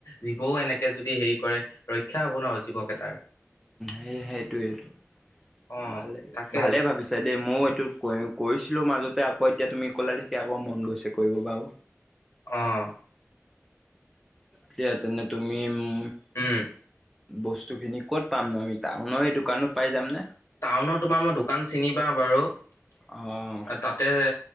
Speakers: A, on the left (about 65°); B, in the centre.
A: জীৱওঁ এনেকে যদি হেৰি কৰে ৰক্ষা হ'ব ন জীৱ কেটাৰ।
B: সে সেইটোঁৱেইটো
A: অ',
B: ভালে
A: তাকে
B: ভালেই ভাবিছা দেই ময়োঁ এইটো কৰি কৰিছিলোঁ মাজতে আকৌ এতিয়া তুমি ক'লা দেখি আকৌ মন গৈছে কৰিব বাৰু।
A: অ'।
B: দিয়া তেনে তুমি মো
A: উম'।
B: বস্তু খিনি ক'ত পাম নো আমি টাউন এই দোকানত পাই যাম নে?
A: টাউনৰ তোমাৰ মই দোকান চিনি পাওঁ বাৰু। এ'
B: অঁ,
A: তাতে